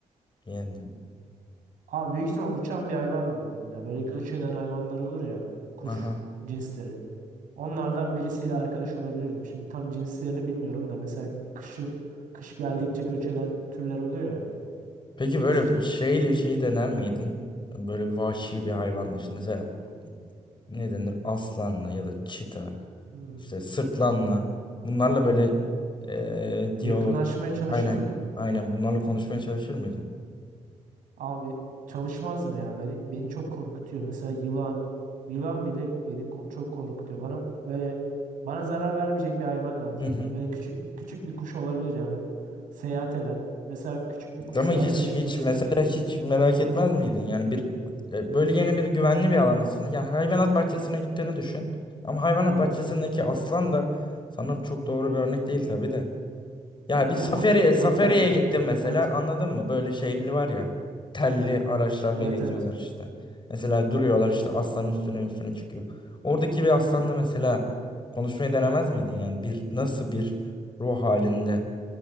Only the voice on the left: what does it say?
Yani
aha.
Peki
böyle
şeyle şeyi dener miydin? Böyle vahşi bir hayvanla işte mesela ne denir? Aslanla ya da çita,
işte sırtlanla. Bunlarla böyle eee diyalog
aynen
aynen bunlarla konuşmaya çalışır mıydın?
Mhm.
Ama hiç
hiç
mesela hiç merak etmez miydin? Yani bir e, böyle yeni bir güvenli bir alandasın. Yani hayvanat bahçesine gittiğini düşün. Ama hayvanat
bahçesindeki aslan da sana çok doğru bir örnek değil tabii de. Ya bir
safariye
safariye
gittim mesela
anladın mı? Böyle şeyli var ya telli araçlarla
geziyorlar
işte. Mesela duruyorlar işte aslan üstüne üstüne çıkıyor. Oradaki bir aslanla mesela konuşmayı denemez miydin? Yani bir nasıl bir ruh halinde